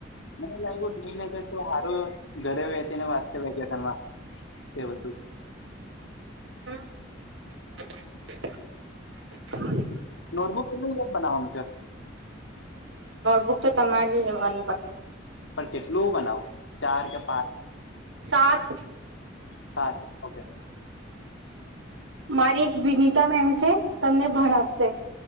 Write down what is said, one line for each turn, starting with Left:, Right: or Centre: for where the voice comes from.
Left: મને લાગ્યું ની લે તો હારું ઘરે વહેતી ને વાચસ છે વેકેશનમાં એ બધું
Right: હમ. <inaudible>
Left: નોટબુક તો ન યાદ બનાવાનું છે.
Right: બુક તો તમારે લેવાનું પડશે
Left: પણ કેટલું બનાવુ ચાર કે પાંચ
Right: સાત.
Left: સાર ઓકે.
Right: મારી એક વિનીતા બેન છે તમને ભણાવશે